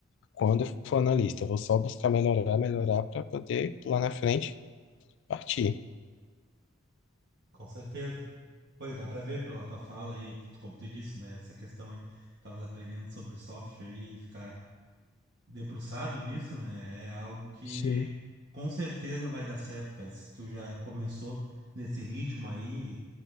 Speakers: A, on the left; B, on the right.
A: Quando eu for analista, eu vou só buscar melhorar, melhorar para poder lá na frente partir.
B: com certeza. Pô, e dá pra ver pela tua fala aí, tu- como tu disse, né? Essa questão aí, tava aprendendo sobre software aí e ficar debruçado nisso, né? É algo que
A: Sim.
B: com certeza vai dar certo, cara. Se tu já começou nesse ritmo aí,